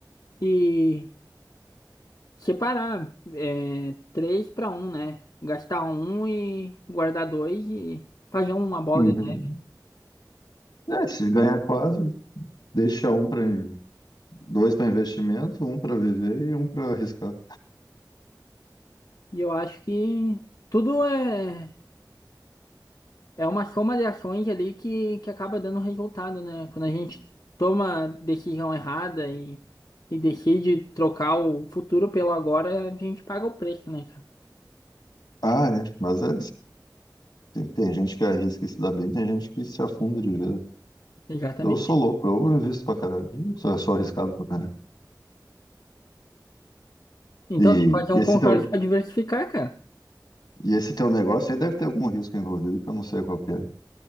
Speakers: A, on the left; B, on the left.
A: E. Separar é, três para um, né? Gastar um e guardar dois e fazer uma bola
B: Uhum.
A: de neve.
B: É, se ganhar quatro, deixa um para dois para investimento, um para viver e um para arriscar.
A: E eu acho que tudo é, é uma soma de ações ali que, que acaba dando resultado, né? Quando a gente toma decisão errada e, e decide trocar o futuro pelo agora, a gente paga o preço, né, cara?
B: Ah, é. Mas é, tem, tem gente que arrisca e se dá bem, tem gente que se afunda de vez.
A: Exatamente.
B: Eu sou louco, eu invisto pra caralho. Eu sou sou arriscado pra caralho.
A: Então,
B: E,
A: tem que fazer
B: e
A: um
B: esse
A: concurso
B: teu,
A: para diversificar, cara.
B: e esse teu negócio aí deve ter algum risco envolvido que eu não sei qual que é.